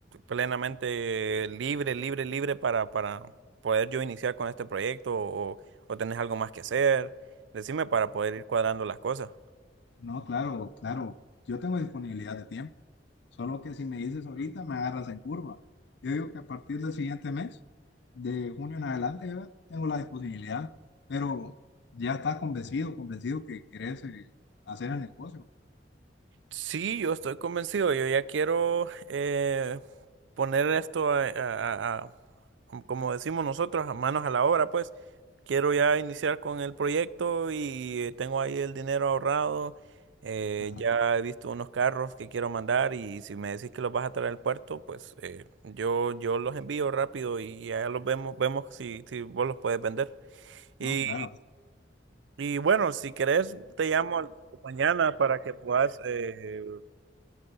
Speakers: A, on the right; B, on the left.
A: plenamente libre, libre, libre para, para poder yo iniciar con este proyecto o, o tenés algo más que hacer. Decime para poder ir cuadrando las cosas.
B: No, claro, claro. Yo tengo disponibilidad de tiempo. Solo que si me dices ahorita, me agarras en curva. Yo digo que a partir del siguiente mes, de junio en adelante, yo tengo la disponibilidad. Pero ya estás convencido, convencido que querés eh, hacer el negocio.
A: Sí, yo estoy convencido. Yo ya quiero eh, poner esto a, a- a- a- como decimos nosotros, a manos a la obra, pues. Quiero ya iniciar con el proyecto y eh, tengo ahí el dinero ahorrado. Eh,
B: Ajá.
A: ya he visto unos carros que quiero mandar y si me decís que los vas a traer al puerto, pues eh, yo, yo los envío rápido y ya los vemos, vemos si, si vos los puedes vender.
B: No,
A: Y,
B: claro.
A: y bueno, si querés, te llamo mañana para que puedas... eh,